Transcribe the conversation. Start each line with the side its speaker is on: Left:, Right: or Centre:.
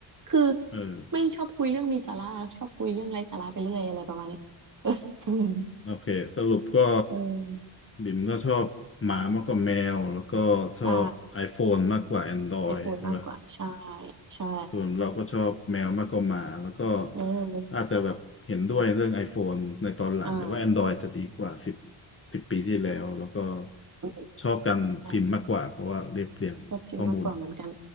Right: คือ
Left: <laughs> เออ
Right: ไม่ชอบคุยเรื่องมีสาระชอบคุยเรื่องไร้สาระไปเรื่อยอะไรประมาณเนี้ย <laughs> อืม
Left: โอเคสรุปก็
Right: เออ
Left: บิ่มก็ชอบหมามากกว่าแมวแล้วก็ชอบ
Right: ใช่
Left: iPhone มากกว่า Android
Right: ไอโฟนมากกว่าใช่
Left: ใช่ไหม
Right: ใช่
Left: ส่วนเราก็ชอบแมวมากกว่าหมาแล้วก็
Right: เออ
Left: อาจจะแบบเห็นด้วยเรื่อง iPhone ในตอนหลังแต่ว่า
Right: อ่า
Left: Android จะดีกว่าสิบสิบปีที่แล้วแล้วก็
Right: อืม
Left: ชอบการพิมพ์มากกว่าเพราะว่าเรียบเรียงข้อมูล
Right: ใช่ชอบพิมพ์มากกว่าเหมือนกัน